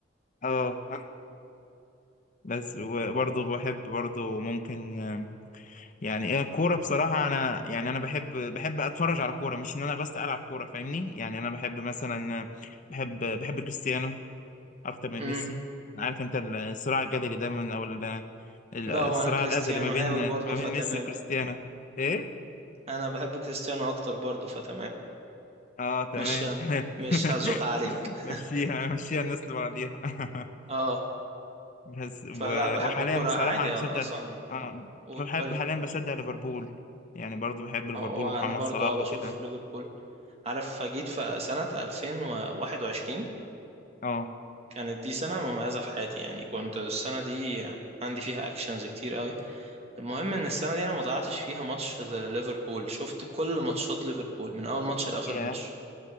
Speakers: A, on the left; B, on the right.
A: اه بس وبرضه بحب برضه ممكن آه، يعني ايه الكوره بصراحه انا يعني انا بحب بحب اتفرج على كوره مش ان انا بس العب كوره فاهمني يعني انا بحب مثلا بحب بحب كريستيانو اكتر من
B: امم
A: ميسي عارف انت الصراع الجدلي ده من او ال-
B: لا
A: الصراع
B: هو أنا كريستيانو
A: الازلي ما بين
B: هاوي برضه
A: ما
B: فتمام
A: بين ميسي وكريستيانو ايه
B: أنا بحب كريستيانو أكتر برضه فتمام
A: اه تمام
B: مش
A: تمام
B: مش
A: <laughs>
B: هزق عليك <laughs>
A: مشيها مشيها الناس لبعضيها <laughs>
B: اه
A: بس
B: فلا
A: و-
B: بحب
A: وحاليا
B: الكوره
A: بصراحه
B: عادي
A: انا بشجع
B: آه، اصلا
A: اه
B: قول
A: بحب
B: قول
A: حاليا
B: لي
A: بشجع ليفربول يعني برضو بحب ليفربول
B: آه، وانا
A: ومحمد
B: برضو
A: صلاح
B: اه بشوف
A: وكده
B: ليفربول عارف جيت في سنة 2021
A: اه
B: كانت دي سنة مميزة في حياتي يعني كنت السنة دي عندي فيها اكشنز كتير قوي المهم ان السنة دي انا ما ضيعتش فيها ماتش ليفربول شفت كل ماتشات ليفربول من اول ماتش لاخر
A: يا
B: ماتش